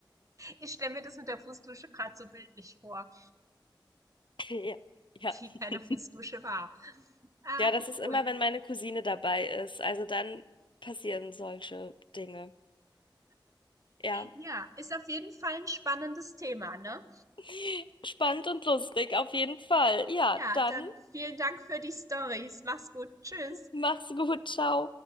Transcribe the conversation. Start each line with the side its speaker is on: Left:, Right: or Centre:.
Right: Ich stelle mir das mit der Fußdusche gerade so bildlich vor,
Left: Ja, ja.
Right: die
Left: <laughs>
Right: keine Fußdusche war. Ah,
Left: Ja, das
Right: wie
Left: ist immer,
Right: cool.
Left: wenn meine Cousine dabei ist. Also dann passieren solche Dinge. Ja,
Right: Ja, ist auf jeden Fall ein spannendes Thema, ne?
Left: <laughs> spannend und lustig auf jeden Fall. Ja,
Right: Ja,
Left: dann
Right: dann vielen Dank für die Stories. Mach's gut. Tschüss.
Left: mach's gut, ciao.